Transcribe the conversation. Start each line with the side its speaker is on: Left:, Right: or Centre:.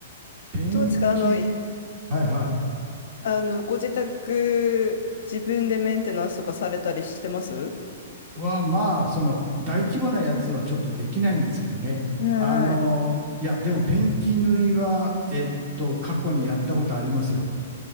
Right: ペンキ。
Left: どうですかあの、い
Right: はいはい。
Left: あの、ご自宅、自分でメンテナンスとかされたりしてます
Right: は、まあ、その、大規模なやつはちょっとできないんですけどね。
Left: はいはい。
Right: あの、いや、でもペンキ塗りは、えっと、過去にやったことありますよ。